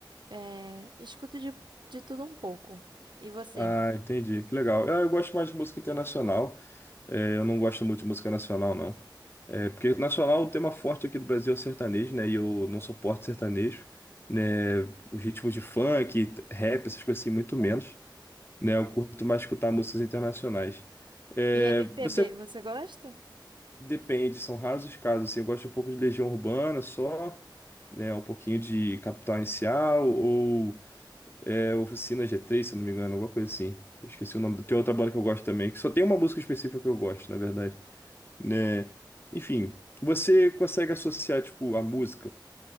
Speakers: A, on the right; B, on the left.
A: É, escuto de, de tudo um pouco. E você?
B: Ah, entendi. Que legal. Ah, Eu gosto mais de música internacional. É, eu não gosto muito de música nacional, não. É, porque nacional, o tema forte aqui do Brasil é o sertanejo, né? E eu não suporto sertanejo, né? Os ritmos de funk, rap, essas coisas assim, muito menos. né? Eu curto mais escutar músicas internacionais. É,
A: E MPB,
B: você
A: você gosta?
B: depende, são raros os casos, assim, eu gosto um pouco de Legião Urbana só, né? Um pouquinho de Capital Inicial ou é, Oficina G3, se eu não me engano, alguma coisa assim. Eu esqueci o nome.
A: Sim.
B: Tem outra banda que eu gosto também, que só tem uma música específica que eu gosto, na verdade, né? Enfim, você consegue associar, tipo, a música